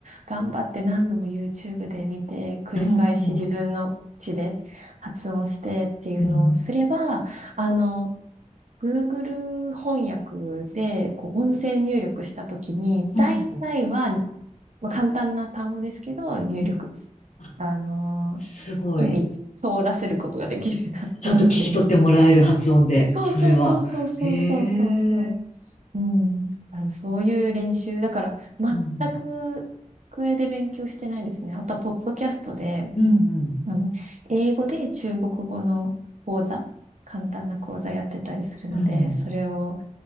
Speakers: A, on the right; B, on the left.
A: 頑張って何度も YouTube で見て、繰り返し自分の口で発音してっていうのをすれば、
B: うん。うん。
A: あの、Google 翻訳でこう音声入力したときに、
B: うん。
A: 大体は、まあ、簡単な単語ですけど、入力、
B: うんあ、
A: あの
B: すごい。
A: 意味通らせることができるようになったので。
B: ちゃんと聞き取ってもらえる発音で、
A: そうそうそうそうそうそうそうそう。
B: それは。へえ。
A: うん。あの、そういう練習。だから、全く机で勉強してないですね。
B: うん。
A: あとは、ポッドキャストで、
B: うん。
A: あの、英語で中国語の講座、簡単な講座やってたりするので、
B: うんうん。うん。
A: それを